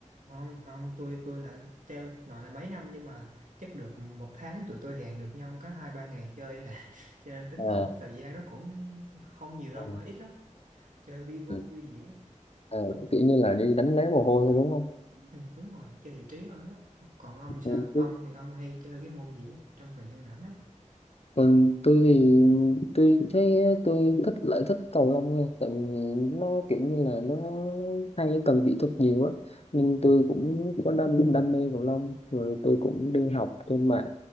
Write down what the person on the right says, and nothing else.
không không tôi tôi là treo nói là mấy năm nhưng mà chắc được một tháng tụi tôi hẹn được nhau có hai ba ngày chơi à <laughs> cho nên tính
tổng cái thời gian nó cũng không nhiều đâu
mà ít lắm chơi vi vu
vui vẻ
ủa
ừ, đúng rồi chơi giải trí thôi á còn ông thì
sao ông thì ông hay chơi cái môn gì á, trong thời gian rảnh á